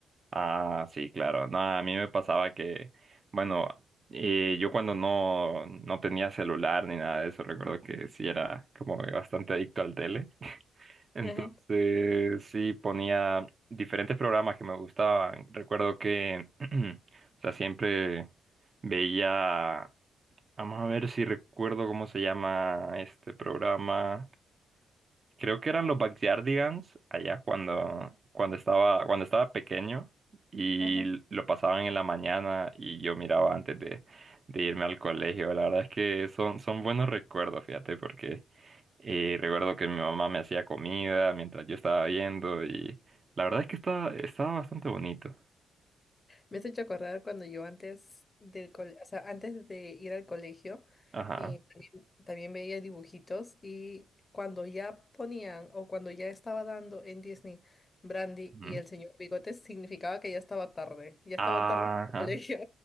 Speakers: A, on the right (about 30°); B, on the left (about 20°).
A: Ah, sí, claro. No, a mí me pasaba que, bueno, eh, yo cuando no, no tenía celular ni nada de eso, recuerdo que sí era como que bastante adicto al tele. <laughs> Entonces,
B: Ajá,
A: sí, ponía diferentes programas que me gustaban. Recuerdo que, <clears throat> o sea, siempre veía. Vamos a ver si recuerdo cómo se llama este programa. Creo que eran los Backyardigans allá cuando, cuando estaba, cuando estaba pequeño y
B: ajá.
A: lo pasaban en la mañana y yo miraba antes de, de irme al colegio. La verdad es que son, son buenos recuerdos, fíjate, porque eh, recuerdo que mi mamá me hacía comida mientras yo estaba viendo y la verdad es que estaba, estaba bastante bonito.
B: Me has hecho acordar cuando yo antes del cole- o sea, antes de ir al colegio,
A: Ajá.
B: eh, también, también veía dibujitos y cuando ya ponían o cuando ya estaba dando en Disney Brandy
A: Ujú.
B: y el señor Bigotes, significaba que ya estaba tarde, ya estaba
A: Ajá.
B: tarde en el colegio.